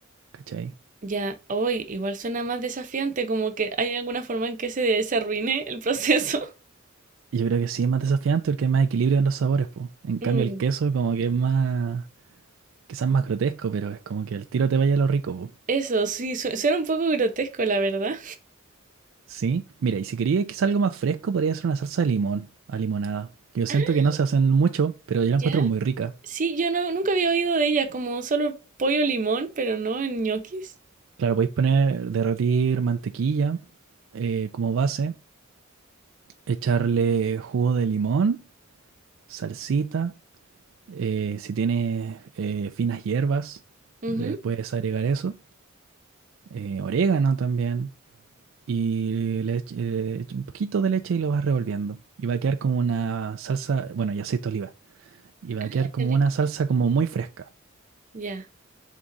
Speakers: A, on the right; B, on the right.
A: ¿cachai?
B: Ya, hoy igual suena más desafiante, como que hay alguna forma en que se, se arruine el proceso. <laughs>
A: Yo creo que sí es más desafiante porque hay más equilibrio en los sabores, po. En cambio
B: Mm,
A: el queso como que es más, quizás más grotesco, pero es como que el tiro te vaya a lo rico, po.
B: Eso, sí, su- suena un poco grotesco, la verdad.
A: ¿Sí? Mira, y si quería quizás algo más fresco, podría ser una salsa de limón, a limonada. Yo siento
B: ah
A: que no se hacen mucho, pero yo
B: ¿Ya?
A: la encuentro muy rica.
B: Sí, yo no, nunca había oído de ella como solo pollo limón, pero no en ñoquis.
A: Claro, podéis poner, derretir mantequilla eh, como base, echarle jugo de limón, salsita, eh, si tienes eh, finas hierbas,
B: Ujú.
A: le puedes agregar eso, eh, orégano también. y le ech- eh, echa un poquito de leche y lo vas revolviendo. Y va a quedar como una salsa, bueno, y aceite de oliva. Y va a
B: Ah,
A: quedar como
B: qué rico.
A: una salsa como muy fresca.
B: Ya,